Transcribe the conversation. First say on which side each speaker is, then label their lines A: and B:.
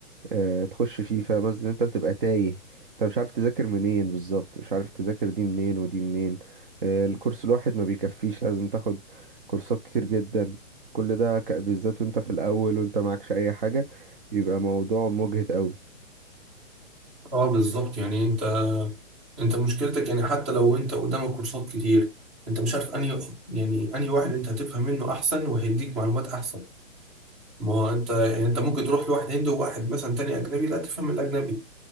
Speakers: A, on the right; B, on the right.
A: آه، تخش فيه فاهم قصدي انت بتبقى تايه انت مش عارف تذاكر منين بالظبط مش عارف تذاكر دي منين ودي منين آه، الكورس الواحد ما بيكفيش لازم تاخد كورسات كتير جدا كل ده ك- بالذات وانت في الاول وانت معكش اي حاجة بيبقى موضوع مجهد قوي
B: اه بالظبط يعني انت انت مشكلتك يعني حتى لو انت قدامك كورسات كتير انت مش عارف انهي يعني انهي واحد انت هتفهم منه احسن وهيديك معلومات احسن ما هو انت يعني انت ممكن تروح لواحد هندي وواحد مثلا تاني اجنبي لا تفهم الاجنبي